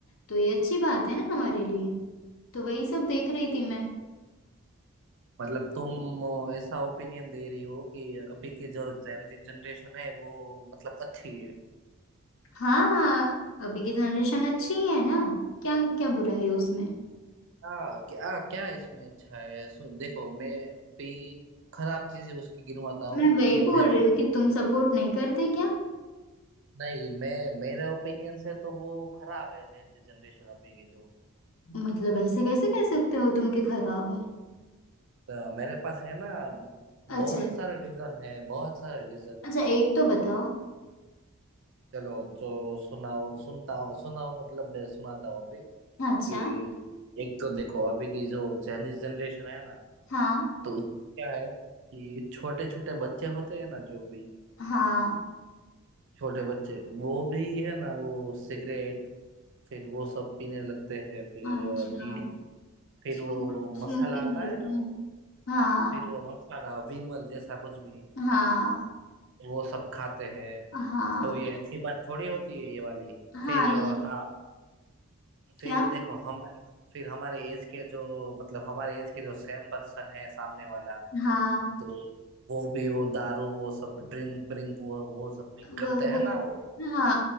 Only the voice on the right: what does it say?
मतलब तुम ऐसा ओपिनियन दे रही हो कि अभी की जो जेनजी जनरेशन है वो मतलब अच्छी है
आ, क्या क्या इसमें अच्छा है सु, देखो मैं भी खराब चीजें उसकी गिनवाता हूँ
कि
Gen-
नहीं मैं मेरे ओपिनियन से तो वो खराब है जेनजी जनरेशन अभी की जो
तो मेरे पास है ना
बहुत सारे रीजन है बहुत सारे रीजन
चलो तो सुनाओ सुनता हूँ सुनाओ मतलब मैं सुनाता हूँ अभी
कि एक तो देखो अभी की जो चाइनीज जनरेशन है ना
तो उसमें क्या है कि छोटे छोटे बच्चे होते हैं ना जो भी
छोटे बच्चे वो भी है ना वो सिगरेट फिर वो सब पीने लगते हैं फिर
अ, बीड़ी फिर
वो मसाला आता
है ना
वो
फिर वो मसाला विमल जैसा कुछ भी
वो सब खाते हैं
तो ये अच्छी बात थोड़ी होती है ये वाली
फिर अ,
हाँ फिर
देखो हमारे फिर हमारे एज के जो मतलब हमारे एज के जो सेम पर्सन है सामने वाला
तो वो भी वो दारू वो सब ड्रिंक ब्रिंक वो वो सब भी करते
हैं ना वो